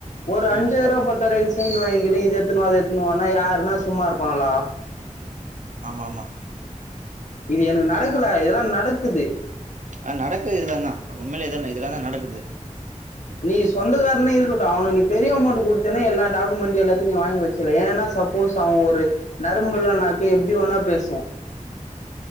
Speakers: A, on the left; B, on the right.
A: ஒரு அஞ்சாயிருவா
B: ம்
A: பத்தாயிர ருவாய்க்கு சைன் வாங்கின்னு இத எடுத்துனு வா அத எடுத்துனு வான்னா யாருனா சும்மா இருப்பாங்களா
B: ஆமா ஆமா
A: இது எனக்கு நடக்கல இதெல்லா நடக்குது
B: ஆ நடக்குது இதுல தா உண்மையிலயே இத இதுல தா நடக்குது
A: நீ சொந்தக்காரனே இருக்கட்டு அவனுக்கு நீ பெரிய அமௌண்ட் குடுத்தன்னா எல்லா டாக்குமெண்ட்டையு எல்லாத்தையு நீ வாங்கி வச்சுரு ஏன்னா சப்போஸ் அவ ஒரு நரம்பு பில்லா நாக்கு எப்டி வேணா பேசு